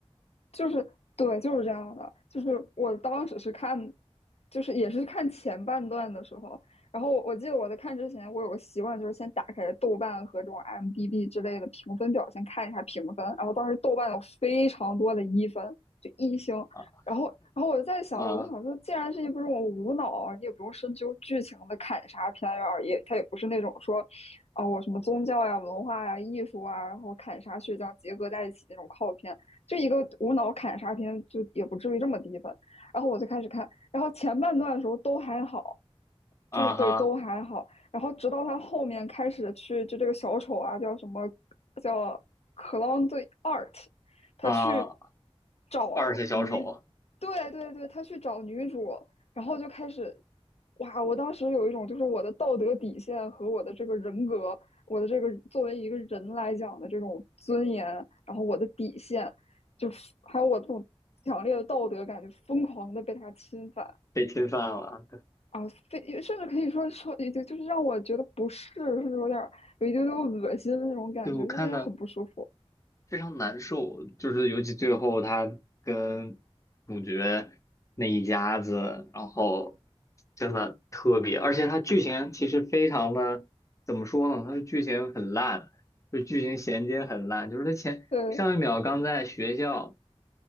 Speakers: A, on the left; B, on the left.
A: 就是对，就是这样的。就是我当时是看，就是也是看前半段的时候，然后我我记得我在看之前，我有个习惯，就是先打开豆瓣和这种 I m d b 之类的评分表，先看一下评分。然后当时豆瓣有非常多的一分，就一星。
B: 啊
A: 然后，然后我就在想，
B: 啊
A: 我就想说，既然是一部这种无脑，你也不用深究剧情的砍杀片儿啊，也它也不是那种说，啊、呃我什么宗教呀、文化呀、艺术啊，然后砍杀血浆结合在一起那种靠片。就一个无脑砍杀片，就也不至于这么低分。然后我就开始看，然后前半段的时候都还好，
B: 啊哈
A: 就是对都还好。然后直到他后面开始去，就这个小丑啊，叫什么叫 Clown the Art，他去
B: 啊，
A: 找女，
B: 二世小丑
A: 对对对，他去找女主，然后就开始，哇！我当时有一种就是我的道德底线和我的这个人格。我的这个作为一个人来讲的这种尊严，然后我的底线，就是还有我这种强烈的道德感，就疯狂的被他侵犯
B: 被侵犯了，
A: 啊，非甚至可以说说，就就是让我觉得不适，甚至有点有一丢丢恶心的那种感觉，
B: 对我看的。
A: 就是很不舒服。
B: 非常难受，就是尤其最后他跟主角那一家子，然后真的特别，而且他剧情其实非常的，怎么说呢？他的剧情很烂，就剧情衔接很烂，就是他前上一秒刚在学校
A: 对